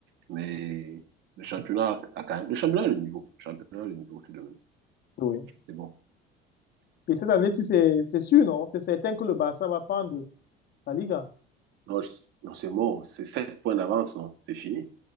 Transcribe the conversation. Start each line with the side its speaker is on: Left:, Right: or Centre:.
Right: mais le championnat a quand même. Le championnat a le niveau. Le championnat a le niveau tout de même.
Left: oui.
Right: C'est bon.
Left: Et cette année-ci, c'est c'est sûr, non? C'est certain que le Barça va prendre la Liga
Right: Non, je- non, c'est bon. C'est 7 points d'avance, non? C'est fini.